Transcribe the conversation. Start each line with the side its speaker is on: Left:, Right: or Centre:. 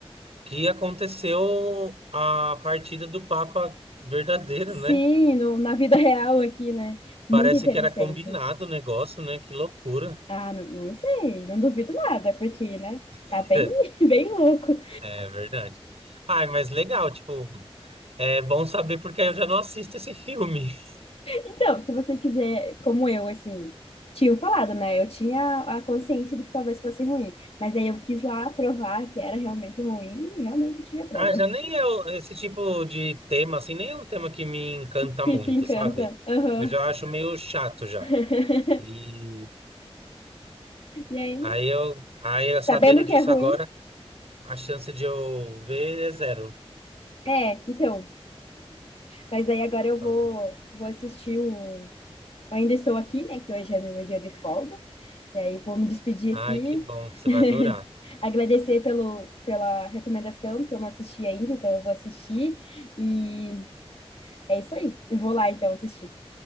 Right: que aconteceu a partida do Papa verdadeiro,
Left: Sim,
Right: né?
Left: no, na vida <laughs> real aqui, né?
Right: Parece
Left: Muito interessante.
Right: que era combinado o negócio, né? Que loucura.
Left: Ah, não, não sei, não duvido nada, porque, né?
Right: <laughs>
Left: Tá bem, <laughs> bem louco.
Right: É verdade. Ai, mas legal, tipo, é bom saber porque aí eu já não assisto esse filme. <laughs>
Left: Então, se você quiser, como eu, assim, tinha falado, né? Eu tinha a consciência de que talvez fosse ruim, mas aí eu quis lá provar que era realmente ruim e realmente tive a prova.
Right: Ah, já nem
Left: <laughs>
Right: é o- esse tipo de tema, assim, nem é um tema que me encanta
Left: Que
Right: muito,
Left: te encanta.
Right: sabe?
Left: Aham.
Right: Eu já acho meio chato já.
Left: <laughs>
Right: E
Left: E aí,
Right: aí eu, aí eu
Left: Sabendo
Right: sabendo disso
Left: que é ruim,
Right: agora, a chance de eu ver é zero.
Left: é, então. Mas aí agora eu
Right: Ah,
Left: vou, vou assistir o. Ainda estou aqui, né? Que hoje é meu dia de folga. E aí vou me despedir
Right: Ai,
Left: aqui.
Right: que bom, você
Left: <laughs>
Right: vai adorar.
Left: Agradecer pelo, pela recomendação, que eu não assisti ainda, então eu vou assistir. E é isso aí. Eu vou lá então assistir.